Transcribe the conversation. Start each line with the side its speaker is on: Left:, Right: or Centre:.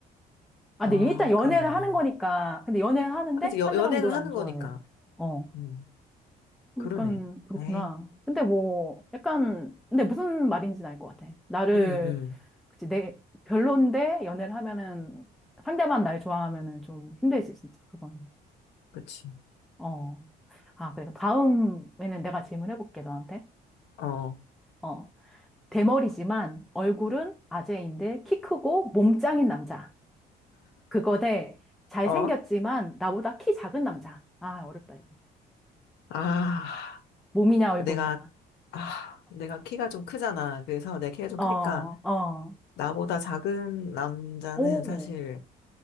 Centre: 아,
Left: 아,
Centre: 근데 일단 연애를
Left: 그러네.
Centre: 하는 거니까. 근데 연애를 하는데
Left: 그치, 여,
Centre: 상대방이
Left: 연애는
Centre: 널
Left: 하는
Centre: 안 좋아해.
Left: 거니까.
Centre: 어.
Left: 음, 그러네.
Centre: 약간 그렇구나.
Left: 에이,
Centre: 근데 뭐 약간 근데 무슨 말인지는 알 것 같아. 나를
Left: 음, 음,
Centre: 그치 내 별론데 연애를 하면은 상대만 날 좋아하면은 좀 힘들지 진짜 그거는.
Left: 그치.
Centre: 어. 아, 그래. 다음에는 내가 질문해 볼게 너한테.
Left: 어,
Centre: 어. 대머리지만 얼굴은 아재인데 키 크고 몸 짱인 남자. 그거 대 잘생겼지만
Left: 어?
Centre: 나보다 키 작은 남자. 아, 어렵다, 이거.
Left: 아,
Centre: 몸이냐, 얼굴이냐.
Left: 내가, 아, 내가 키가 좀 크잖아. 그래서 내 키가 좀
Centre: 어,
Left: 크니까.
Centre: 어.
Left: 나보다 작은 남자는
Centre: 오,
Left: 사실,